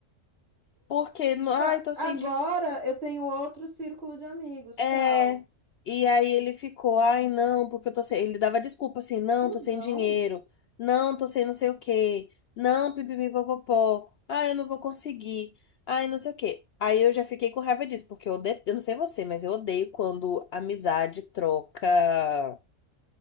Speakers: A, on the left; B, on the right.
A: Porque, no-
B: Tipo,
A: ai,
B: a-
A: tô
B: agora
A: sem
B: eu tenho outro círculo de amigos.
A: É,
B: Tchau.
A: e aí ele ficou, ai não, porque eu tô sem.
B: Que
A: Ele dava desculpa assim, não,
B: que cuzão.
A: tô sem dinheiro, não, tô sem não sei o quê, não, pipipipopopó, ai eu não vou conseguir, ai não sei o quê. Aí eu já fiquei com raiva disso, porque eu, odeio, eu não sei você, mas eu odeio quando amizade troca